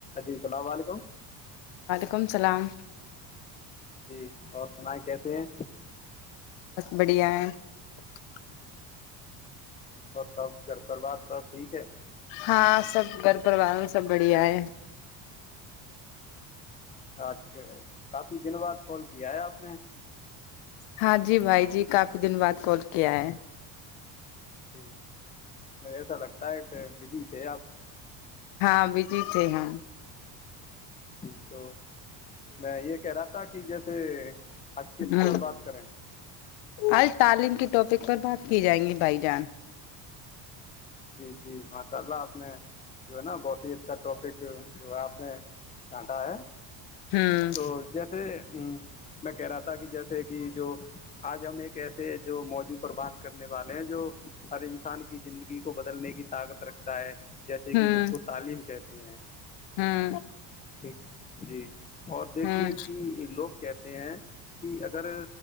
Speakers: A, on the left; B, on the left.
A: جی اللام علیکم
B: ولیکم السلام
A: جی اور سنائ کیسے ہیں
B: <unintelligible>
A: اور سب گھر پر بات سب ٹھیک ہے
B: ہاں سب گھر پروار میں سب بڑھیا ہے
A: ا کافی دن بعد کال کیا ہے آپ نے
B: ہاں جی بھائی جی کافی دن بعد کال کیا ہے
A: جٹ مج ایسا لگتا ہے کہ بزی تھے آپ
B: ہاں بجی تھے ہم
A: جی تو میں یہ کہہ رہا ت کہ جیسے آ کس
B: ہ
A: پر بات کریں
B: آج تعلیم کی ٹاپک پر بات کی جائیں گی بھائی جان
A: جی جی ماشاء اللہ آپ نے جو ہے نا بہت ہی اچھا ٹاپک جو ہے آپ نے سانٹا ہے
B: ہوں
A: تو جیسے ہوں میں کہہ رہا تھا کہ جیسے جو آج ہم ایک ایسے جو موضوع پر بات کرنے والے ہیں جو ہر انسان کی زندگی کو بدلنے کی طاقت رکھتا ہے جیسے
B: ہوں
A: کہ جس کو تعلیم کہ ا
B: ہوں
A: ٹ جی اور دیکھیے
B: ہوں
A: کہ لوگ کہتے ہیں کہ اگر